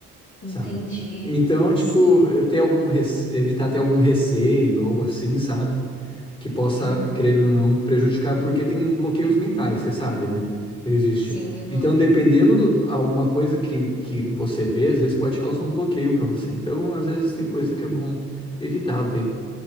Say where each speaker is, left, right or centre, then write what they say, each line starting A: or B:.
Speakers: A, on the left; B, on the left.
A: entendi.
B: Sabe? Então, tipo,
A: Sim.
B: ter algum rece- evitar ter algum receio, algo assim, sabe? que possa,
A: Uhum.
B: querendo ou não, prejudicar, porque tem bloqueios mentais, você sabe, né? Existe.
A: Sim, aham.
B: Então, dependendo do- alguma coisa que, que você vê, às vezes pode causar um bloqueio para você. Então, às vezes tem coisa que é bom evitar ver,